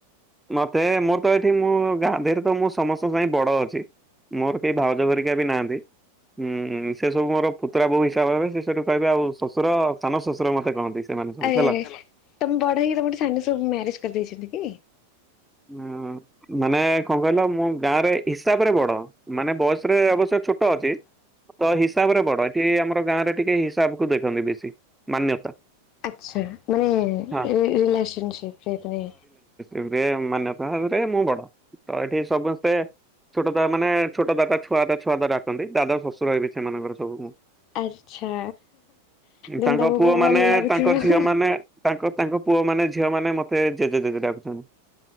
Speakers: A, in the centre; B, on the left.
A: ମତେ ମୋର ତ ଏଠି ମୁଁ ଗାଁ ଦି ରେ ତ ମୁଁ ସମସ୍ତଙ୍କ ସାଙ୍ଗ ବଡ ଅଛି। ମୋର କେହି ଭାଉଜ ହେରିକା ବି ନାହାନ୍ତି। ଉଁ ସେ ସବୁ ମୋର ପୁତୁରା ବୋହୁ ହିସାବ ସେଠୁ କହିବେ, ଆଉ ଶଶୁର ସାନ ଶଶୁର ମତେ କହନ୍ତି ସେମାନେ ସବୁ
B: ଆରେ
A: ହେଲା।
B: ଆରେ ତମେ ବଡ ହେଇକି ତମ ଠୁ ସାନ ସବୁ ମ୍ୟାରେଜ କରିଦେଇଛନ୍ତି କି?
A: ହଁ। ମାନେ କଣ କହିଲ, ମୁଁ ଗାଁ ରେ ହିସାବରେ ବଡ। ମାନେ ବୟସ ରେ ଅବଶ୍ୟ ଛୋଟ ଅଛି। ତ ହିସାବରେ ବଡ ଏଠି ଆମର ଗାଁରେ ଟିକେ ହିସାବ କୁ ଦେଖନ୍ତି ବେଶୀ। ମାନ୍ୟତା।
B: ଆଚ୍ଛା। ମାନେ
A: ହଁ
B: ରିଲସନ ସିପରେ ମାନେ
A: ଏବେ ମାନ୍ୟତା ଭାବରେ ମୁଁ ବଡ। ତ ଏଠି ସମସ୍ତେ ଛୋଟ ଦା ମାନେ ଛୋଟ ଦା ଛୁଆ ଦା, ଛୁଆ ଦା, ଡାକନ୍ତି। ଦାଦା ଶଶୁର ହେବି ସେମାନଙ୍କର ସବୁ ମୁଁ।
B: ଆଚ୍ଛା। ଦେନ
A: ତାଙ୍କ
B: ତମକୁ
A: ପୁଅ
B: ଭଲ
A: ମାନେ
B: ଲାଗୁଥିବ।
A: ତାଙ୍କ ଝିଅ ମାନେ ତାଙ୍କ ତାଙ୍କ ପୁଅ ମାନେ, ଝିଅ ମାନେ ମତେ ଜେଜେ, ଜେଜେ ଡାକୁଛନ୍ତି,